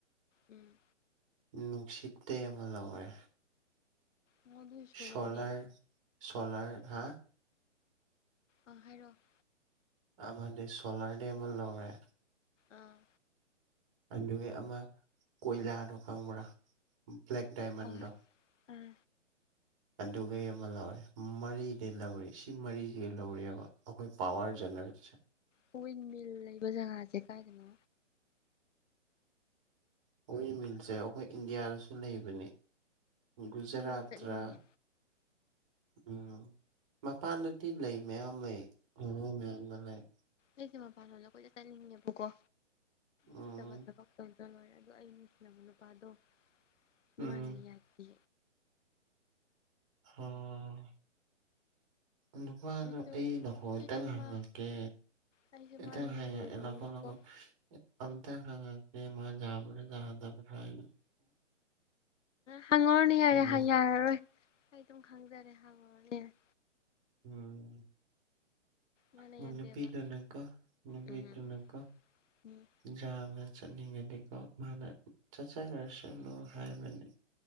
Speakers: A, on the left; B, on the right.
A: ꯎꯝ
B: ꯅꯨꯡꯁꯤꯠꯇ ꯑꯃ ꯂꯧꯔꯦ
A: ꯑꯣ ꯑꯗꯨ ꯁꯣꯂꯔꯅꯤ
B: ꯁꯣꯂꯔ ꯁꯣꯂꯔ ꯍꯥ
A: ꯑꯥ ꯍꯥꯏꯔꯛꯑꯣ
B: ꯑꯗꯤ ꯁꯣꯂꯔꯗꯤ ꯑꯃ ꯂꯧꯔꯦ
A: ꯑꯥ
B: ꯑꯗꯨꯒꯤ ꯑꯃ ꯀꯣꯏꯂꯥꯗꯣ ꯈꯪꯕ꯭ꯔꯥ ꯕ꯭ꯂꯦꯛ ꯗꯥꯏꯃꯟꯗꯣ
A: ꯑꯥ ꯑꯥ
B: ꯑꯗꯨꯩ ꯑꯃ ꯂꯧꯔꯦ ꯃꯔꯤꯗꯩ ꯂꯧꯔꯤ ꯁꯤ ꯃꯔꯤꯁꯤꯒ ꯂꯧꯔꯤꯑꯕ ꯑꯩꯈꯣꯏ ꯄꯋꯥꯔ ꯖꯦꯅꯦꯔꯦꯠꯁꯦ
A: ꯀꯋꯤꯟ ꯃꯤꯜ ꯂꯩꯕ ꯖꯒꯥꯁꯦ ꯀꯥꯏꯗꯅꯣ
B: ꯑꯣꯏꯜ ꯃꯤꯜꯁꯦ ꯑꯩꯈꯣꯏ ꯏꯟꯗꯤꯌꯥꯗꯁꯨ ꯂꯩꯕꯅꯤ ꯨꯖꯔꯥꯠ
A: ꯑꯩꯁꯦ ꯆꯠꯅꯤꯡꯉꯦ
B: ꯔ ꯎꯝ ꯃꯄꯥꯟꯗꯗꯤ ꯂꯩ ꯃꯌꯥꯝ ꯂꯩ ꯃꯌꯥꯝꯅ ꯂꯩ
A: ꯑꯩꯁꯦ ꯃꯄꯥꯟ ꯂꯣꯗ ꯀꯣꯏꯅ ꯆꯠꯅꯤꯡꯉꯦꯕꯀꯣ
B: ꯎꯝ
A: ꯐꯖ ꯐ ꯐꯠꯇꯕ ꯇꯧꯗ ꯂꯣꯏꯔꯦ ꯑꯗꯣ ꯑꯩ ꯅꯨꯡꯁꯤꯅꯕ ꯅꯨꯄꯥꯗꯣꯃꯥꯟꯅ
B: ꯎꯝ
A: ꯌꯥꯗꯦ
B: ꯑꯣ ꯅꯨꯄꯥꯗꯣ
A: ꯑꯩꯁꯨ
B: ꯑꯩ ꯅꯈꯣꯡꯇꯪ
A: ꯑꯩꯁꯨ
B: ꯍꯪꯉꯛꯀꯦ
A: ꯃꯥ ꯑꯩꯁꯨ
B: ꯑꯦꯇ
A: ꯃꯥ ꯅꯨꯡꯁꯤꯔꯨꯕꯅꯤꯅꯀꯣ
B: ꯍꯌꯦ ꯂꯧ ꯑꯝꯇ ꯈꯉꯦ ꯃꯥ ꯌꯥꯕ ꯌꯥꯗꯔ
A: ꯍꯪꯉꯨꯔꯅꯦ ꯌꯥꯔꯦ
B: ꯅꯣ
A: ꯌꯥꯔꯔꯣꯏ ꯑꯩ ꯑꯗꯨꯝ ꯈꯪꯖꯔꯦ ꯍꯪꯉꯨꯔꯅꯦ ꯌꯥꯔꯦ
B: ꯎꯝ
A: ꯃꯥꯅ ꯌꯥꯗꯦꯕ
B: ꯃꯅꯕꯤꯗꯅꯀ ꯃꯅꯕꯤꯗꯅꯀ
A: ꯎꯝ ꯎꯝ
B: ꯌꯥꯝꯅ ꯆꯠꯅꯤꯡꯉꯗꯤꯀꯣ ꯃꯥꯅ ꯆꯠꯆꯈ꯭ꯔꯁꯅꯨ ꯍꯥꯏꯕꯅꯤ